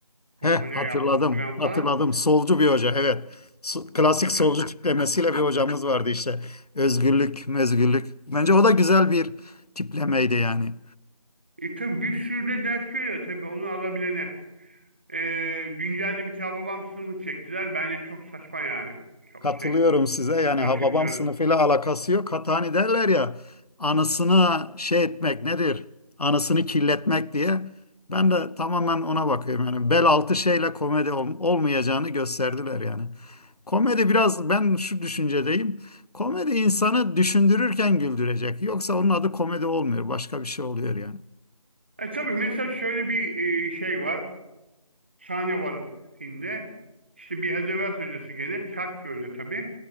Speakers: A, on the left (about 80°); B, on the right (about 15°).
A: He
B: O
A: hatırladım,
B: hoca yaptı filan
A: hatırladım.
B: falan.
A: Solcu bir hoca, evet. So- Klasik solcu
B: Evet.
A: tiplemesiyle bir hocamız vardı işte. Özgürlük, mezgürlük. Bence o da güzel bir tiplemeydi yani.
B: E, tabii bir sürü de ders veriyor tabii onu alabilene. Ee, güncelde bir tane babam sınıfı çektiler. Bence çok saçma yani. Çok
A: Katılıyorum
B: şey
A: size. Yani
B: kötüydü.
A: Hababam sınıfıyla alakası yok. Hatta hani derler ya anısına şey etmek nedir? Anısını kirletmek diye. Ben de tamamen ona bakıyorum. Yani bel altı şeyle komedi ol- olmayacağını gösterdiler yani. Komedi biraz ben şu düşüncedeyim. Komedi insanı düşündürürken güldürecek. Yoksa onun adı komedi olmuyor. Başka bir şey oluyor yani.
B: E tabii mesela şöyle bir e, şey var. Sahne var filmde. İşte bir edebiyat hocası gelir. Sert bir hoca tabii.